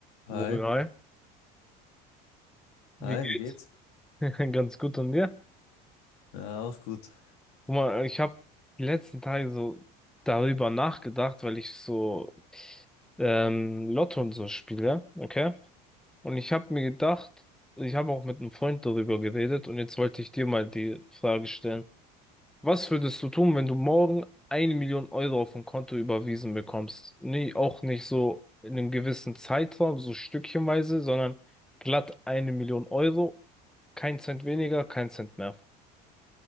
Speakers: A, on the left; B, in the centre.
A: Hi,
B: Wohl, hi. Wie
A: hi,
B: geht's?
A: wie geht's?
B: <laughs> Ganz gut und dir?
A: Ja, auch gut.
B: Guck mal, ich habe die letzten Tage so darüber nachgedacht, weil ich so ähm, Lotto und so spiele, okay? Und ich habe mir gedacht, ich habe auch mit einem Freund darüber geredet und jetzt wollte ich dir mal die Frage stellen. Was würdest du tun, wenn du morgen eine Million Euro auf ein Konto überwiesen bekommst? Nee, auch nicht so in einem gewissen Zeitraum, so stückchenweise, sondern glatt eine Million Euro, kein Cent weniger, kein Cent mehr.